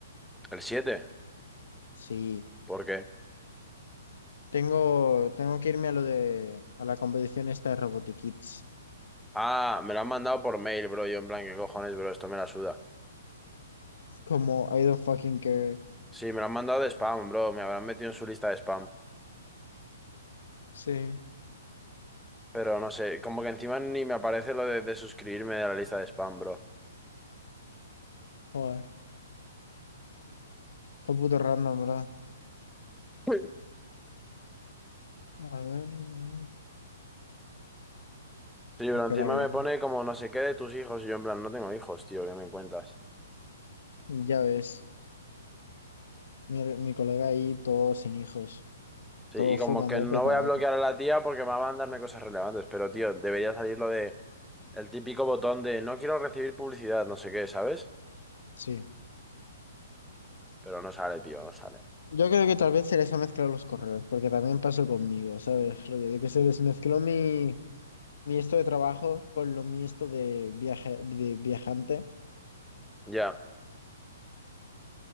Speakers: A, in the centre; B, on the left.
A: ¿El siete
B: Sí.
A: ¿Por qué?
B: Tengo, tengo que irme a lo de, a la competición esta de Robotic Kids.
A: Ah, me lo han mandado por mail, bro. Yo en plan, ¿qué cojones, bro? Esto me la suda.
B: Como I don't fucking care.
A: Sí, me lo han mandado de spam, bro. Me habrán metido en su lista de spam.
B: Sí.
A: Pero no sé, como que encima ni me aparece lo de, de suscribirme a la lista de spam, bro.
B: Joder. Está puto random, ¿verdad?
A: <laughs>
B: A ver, mm,
A: Sí, pero encima
B: que la guía.
A: me pone como no sé qué de tus hijos y yo en plan, no tengo hijos, tío, ¿qué me cuentas?
B: Ya ves, mi, mi colega ahí, todo sin hijos,
A: Sí,
B: todo
A: y como
B: fumándote
A: que no
B: de tabaco.
A: voy a bloquear a la tía porque me va a mandarme cosas relevantes, pero tío, debería salir lo de el típico botón de no quiero recibir publicidad, no sé qué, ¿sabes?
B: Sí.
A: Pero no sale, tío, no sale.
B: Yo creo que tal vez se les ha mezclado los correos, porque también pasó conmigo, ¿sabes? Rollo de que se les mezcló mi, mi esto de trabajo con lo mi esto de, viaje, de viajante.
A: Ya,